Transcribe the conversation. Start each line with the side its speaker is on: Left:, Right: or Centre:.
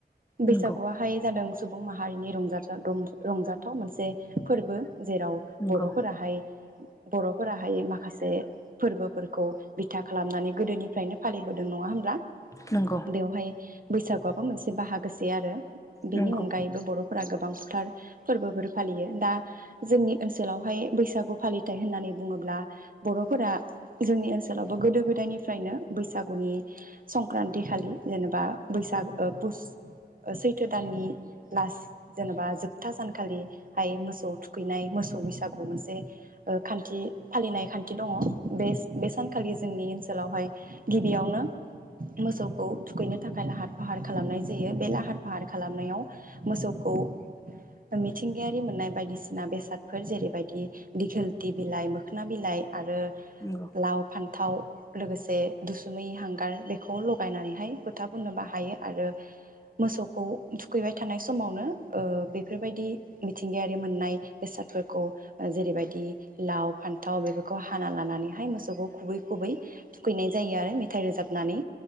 Left: नंगौ
Right: बैसागुआहाय जादों सुबुं माहारि रंजा रंजा रंजाथाव मोनसे फोरबो जेराव
Left: नंगौ
Right: बरफोराहाय बरफोराहाय माखासे फोरबोफोरखौ बिथा खालामनानै गोदोनिफ्रायनो फालिबोदों नङा होनब्ला बेवहाय
Left: नंगौ
Right: बैसागुआबो मोनसे बाहागो लोगोसे आरो बेनि
Left: नंगौ
Right: अनगायैबो बरफोरा गोबां गोथार फोरबोफोर फालियो दा जोंनि ओनसोलावहाय बैसागु फालिथाइ होननानै बुङोब्ला बरफोरा जोंनि ओनसोलावबो गोदो गोदायनिफ्रायनो बैसागुनि संक्रान्ति खालि जेनेबा बैसागु फुस सैथो दाननि लास जेनेबा जोबथा सानखालिहाय मोसौ थुखैनाय मोसौ बैसागु मोनसे ओ खान्थि फालिनाय खान्थि दङ बे बे सानखालि जोंनि ओनसोलावहाय गिबियावनो मोसौखौ थुखैनो थाखाय लाहार फाहार खालामनाय जायो बे लाहार फाहार खालामनायाव मोसौखौ मिथिंगायारि मोननाय बायदिसिना बेसादफोर जेरैबायदि दिखोलथि बिलाइ मोखोना बिलाइ आरो
Left: नंगौ
Right: लाव फान थाव लोगोसे दुसुमै हांगार खौ लगायनानैहाय फोथा फुननो बाहायो आरो मोसौखौ थुखैबाय थानाय समावनो ओ बेफोर बायदि मिथिंगायारि मोननाय बेसादफोरखौ जेरैबायदि लाव फान्थाव बेफोरखौ हाना लानानैहाय मोसौखौ खुबै खुबै थुखैनाय जायो आरो मेथाइ रोजाबनानै